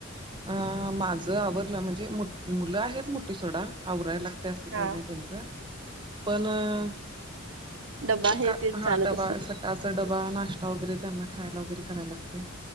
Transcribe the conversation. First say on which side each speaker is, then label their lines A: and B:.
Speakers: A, on the right; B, on the right.
A: अ माझं आवरलं म्हणजे मुलं आहेत, मोठी सोडा आवरायला. त्या असं
B: हा
A: काही नाही त्यांच पण अ
B: डबा
A: सकाळ
B: हे ते
A: हा
B: चालत
A: डबा
B: असत
A: सकाळचा डबा नाश्ता वगैरे, त्यांना खायला वगैरे करायला लागतयं.